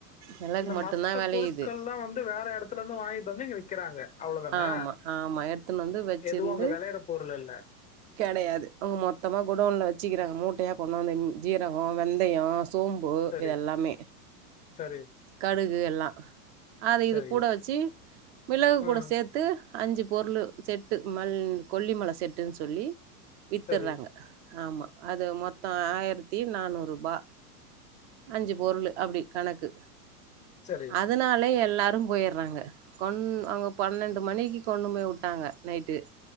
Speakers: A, on the right (about 45°); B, on the left (about 15°).
A: வெளக்கு
B: இந்த
A: மட்டுந்தா
B: மத்த
A: வெளையுது
B: பொருட்கள்லா வந்து வேற எடத்துல இருந்து வாங்கிட்டு வந்து இங்க விக்கிறாங்க அவ்ளவுதானே
A: ஆமா ஆமா எடுத்துன்னு வந்து வச்சிருந்து
B: எதுவு அங்க வெளையற பொருள் இல்ல
A: கெடையாது அவங்க மொத்தமா குடோன்ல வச்சுக்கிறாங்க மூட்டையா போட்ணு அந்த ம் ஜீரகோ. வெந்தயோ சோம்பு
B: சரி,
A: இதெல்லாமே
B: சரி,
A: கடு கு எல்லா அத இது
B: சரி.
A: கூட வச்சு மிளகு
B: ம்.
A: கூட சேத்து அஞ்சு பொருளு செட்டு மல் கொல்லிமல செட்டுன்னு சொல்லி வித்தர்றாங்க
B: சரி,
A: ஆமா அது மொத்தோ ஆயிரத்தி நானூறுபா அஞ்சு பொருளு அப்டி கணக்கு
B: சரி,
A: அதனால எல் லாரு போயர்றாங்க கொண் அங்க பன்னெண்டு மணிக்கி கொண்டு போய் வுட்டாங்க நைட்டு